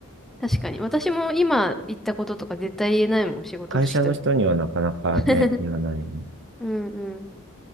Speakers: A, in the centre; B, on the right.
A: 確かに。私も今言ったこととか絶対言えないもん、仕事の人に。
B: 会社の人にはなかなかね、
A: <laughs>
B: 言わないよね。
A: うんうん。